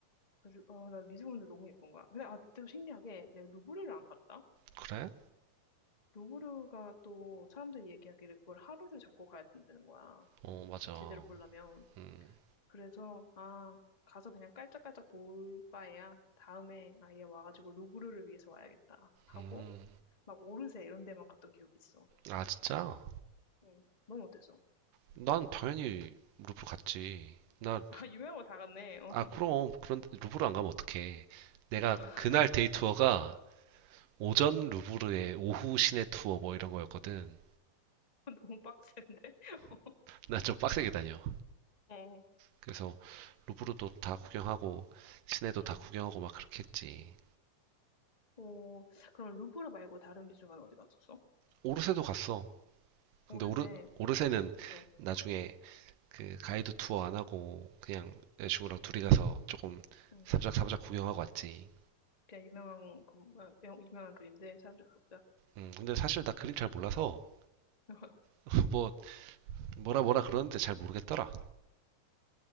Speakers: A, on the left; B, on the right.
A: 그래서, 아, 나 미술관들 너무 예쁜 거야. 근데, 아, 또 신기하게 내가 루브르를 안 갔다?
B: 그래?
A: 루브르가 또 사람들이 얘기하기를 그걸 하루를 잡고 가야 된다는 거야.
B: 어, 맞아.
A: 제대로 보려면.
B: 음,
A: 그래서 아 가서 그냥 깔짝깔짝 볼 바에야 다음에 아예 와가지고 루브르를 위해서 와야겠다 하고
B: 음.
A: 막 오르세 이런 데만 갔던 기억이 있어.
B: 아, 진짜?
A: 응. 넌 어땠어?
B: 난 당연히 루브르 갔지. 나,
A: 아 유명한 거 다 갔네. 어.
B: 아, 그럼. 그런데 루브르 안 가면 어떡해. 내가
A: <laughs>
B: 그날 데이 투어가 오전 루브르에 오후 시내 투어 뭐 이런 거였거든.
A: 너무 빡센데. <laughs>
B: 나 좀 빡세게 다녀.
A: 어.
B: 그래서 루브르도 다 구경하고, 시내도
A: 응.
B: 다 구경하고 막 그렇게 했지.
A: 오 그럼 루브르 말고 다른 미술관 어디 갔었어?
B: 오르세도 갔어. 근데
A: 오르세.
B: 오르, 오르세는
A: 응.
B: 나중에 그 가이드 투어 안 하고 그냥 여자친구랑 둘이 가서 조금
A: 응.
B: 사부작사부작 구경하고 왔지.
A: 그냥 유명한 그, 아, 명- 유명한 그림들 사부작 사부작.
B: 음, 근데 사실 나 그림 잘 몰라서
A: <laughs>
B: <laughs> 뭐 뭐라 뭐라 그러는데 잘 모르겠더라.